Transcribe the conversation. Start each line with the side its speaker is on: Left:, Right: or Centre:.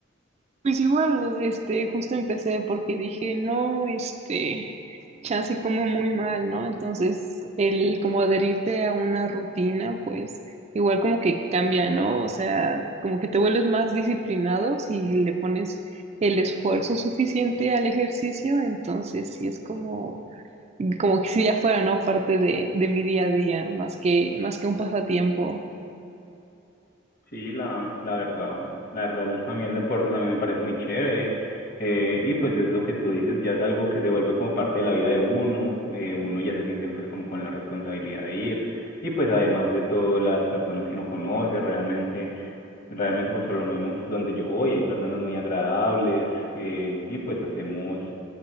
Right: Pues igual, este, justo empecé porque dije, no, este, chance como muy mal, ¿no? Entonces, el como adherirte a una rutina, pues igual como que cambia, ¿no? O sea, como que te vuelves más disciplinado si le pones el esfuerzo suficiente al ejercicio, entonces sí es como como que si ya fuera, ¿no? Parte de, de mi día a día, más que, más que un pasatiempo.
Left: Sí, la, la verdad, la verdad, a mí el deporte también me parece muy chévere. Eh, y pues es lo que tú dices, ya es algo que se vuelve como parte de la vida de uno, eh, uno ya se siente pues como con la responsabilidad de ir y pues además de todo las personas que uno conoce realmente Realmente, pues por lo menos donde yo voy hay personas muy agradables eh, y pues hacemos